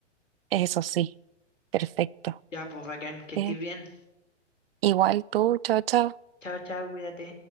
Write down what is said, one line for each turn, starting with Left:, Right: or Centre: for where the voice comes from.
Right: Eso sí, perfecto.
Left: Ya, pues bacán, que estés
Right: ¿eh?
Left: bien.
Right: Igual tú, chao, chao.
Left: Chao, chao, cuídate.